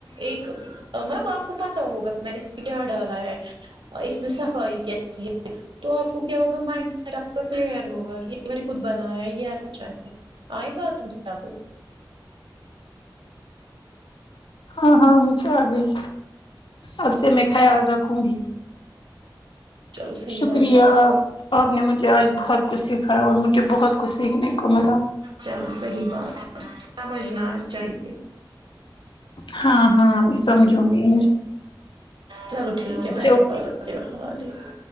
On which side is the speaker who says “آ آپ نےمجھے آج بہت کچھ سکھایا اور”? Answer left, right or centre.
Left